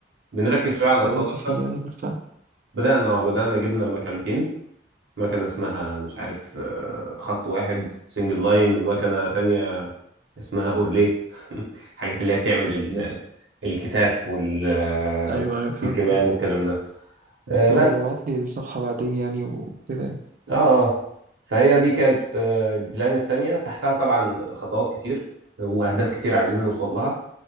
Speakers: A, on the right; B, on the right.
A: بنركز شوية على الأطفال
B: بدأت
A: أكتر
B: فيه يعني بالفعل
A: بدأنا آه، بدأنا جبنا مكانتين مكنة اسمها مش عارف آه، خط واحد سنجل لاين ومكنة تانية اسمها أورليه <laughs> حاجات اللي هي بتعمل ال- الكتاف وال- آه،
B: أيوه أيوه فاهم
A: والكمام والكلام ده آه، بس
B: يبقى ببعت لي الصفحة بعدين يعني وكده يعني
A: اه آه. فهي دي كانت آه، البلان التانية تحتها طبعا خطوات كتير واهداف كتير عايزين نوصل لها